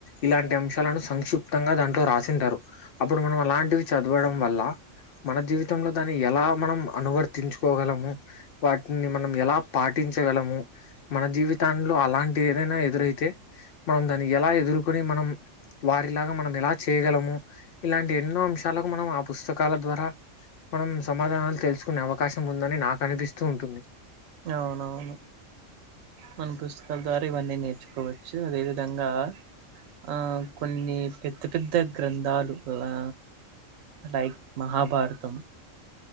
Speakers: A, on the left; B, on the right.
A: ఇలాంటి అంశాలను సంక్షిప్తంగా దాట్లో రాసింటారు అప్పుడు మనం అలాంటివి చద్ చదవడం వల్ల మన జీవితంలో దాన్ని ఎలా మనం అనువర్తించుకోగలము వాటిని మనం ఎలా పాటించగలము మన జీవితాంలో అలాంటి ఏదైనా ఎదురైతే మనం దాన్ని ఎలా ఎదుర్కొని మనం వారిలాగా మనం ఎలా చేయగలము ఇలాంటి ఎన్నో అంశ్ శాలకు మనం ఆ పుస్తకాల ద్వారా మనం సమాధానాలు తెలుసుకునే అవకాశం ఉందని నాకనిపిస్తూ ఉంటుంది
B: అవునవును మనం పుస్తకాల ద్వారా ఇవన్నీ నేర్చుకోవచ్చు అదే విధంగా ఆ కొన్ని పెద్ద పెద్ద గ్రంథాలు అలా లైక్ మహాభారతం